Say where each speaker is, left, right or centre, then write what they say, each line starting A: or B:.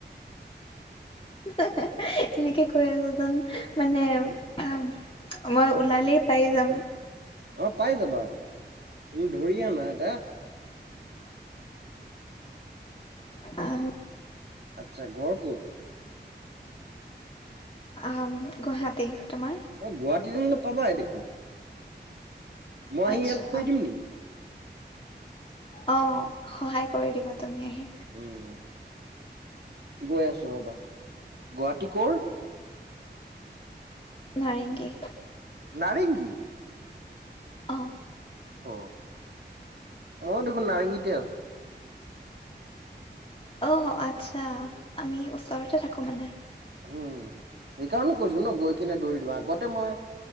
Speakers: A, on the left; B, on the right.
A: এনেকে কৈ আছো যেন, মানে আ মই ওলালেই পাই যাম।
B: অ' পাই যাবা। তুমি ধৰি আনা এটা।
A: আহ
B: আচ্ছা ঘৰ ক'ত?
A: আম গুৱাহাটী। তোমাৰ
B: এই গুৱাহাটীত হলে পাবাই দেখোন। মই আহি
A: আচ্ছা
B: হেল্প কৰি দিম নি?
A: অ' সহায় কৰি দিবা। তুমি আহি
B: উম গৈ আছো ৰ'বা গুৱাহাটী কৰ?
A: নাৰেংগী।
B: নাৰেংগী
A: অ'।
B: অ' দেখোন নাৰেংগীতে আছো।
A: অ' আচ্ছা আমি ওচৰতে থাকো মানে।
B: হুহ সেইকাৰণে কৈছো ন গৈ কেনে আগত মই